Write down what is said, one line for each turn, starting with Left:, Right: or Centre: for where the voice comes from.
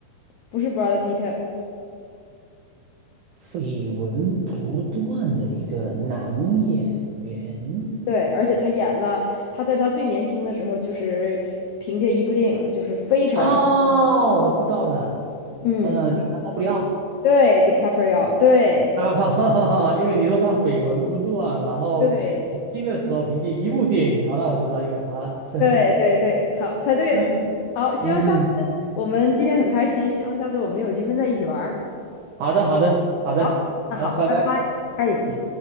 Left: 不是 Brad Pitt，
Right: 绯闻不断的一个男演员。
Left: 对，而且他演了，他在他最年轻的时候，就是凭借一部电影，就是非常非常，
Right: 哦，我知道了，
Left: 嗯，
Right: 呃，第三个布里奥，
Left: 对，DiCaprio，对，
Right: <laughs> 因为你说他绯闻不断，然后
Left: 对，
Right: 听的时候凭借一部电影，好，那我就知道应该是他了。是吧
Left: 对，对，对，好，猜对了，
Right: <laughs> 嗯，
Left: 好，希望下次我们今天很开心，
Right: 嗯，
Left: 希望下次我们有机会在一起玩儿，
Right: 好的，好的，好的，
Left: 好，那好，
Right: 好，拜拜。
Left: 拜拜，哎。
Right: 嗯。